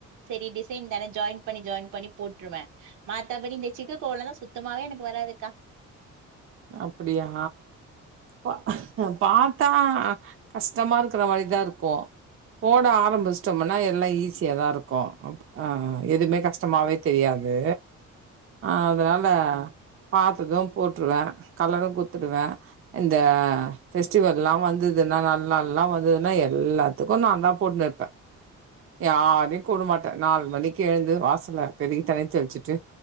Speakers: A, on the right; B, on the right.
A: செரி டிசைன் தானே ஜாயின் பண்ணி ஜாயின் பண்ணி போட்ருவே மாத்தபடி இந்த சிக்கு கோலந்தா சுத்தமாவே எனக்கு வராதுக்கா
B: அப்டியா ப பாத்தா கஷ்டமா இருக்ற மாரிதாருக்கு போட ஆரம்பிச்சிட்டொம்னா எல்லா ஈஸியாதா இருக்கு அப் ஆ ஆ எதுமே கஷ்டமாவே தெரியாது அதனால
A: சேரிக்கா
B: பாத்துக்கொ போட்ருவே கலரு குத்துடுவேன் இந்த ஃபெஸ்டிவெல்லா வந்ததுன்னா நல்நால்லாம் வந்ததுன்னா எல்லாத்துக்கு நான் தான் போட்னுருப்பே யாரையு கூப்ட மாட்டே நாலு மணிக்கு எழுந்து வாசல பெருக்கி தனி தெளிச்சுட்டு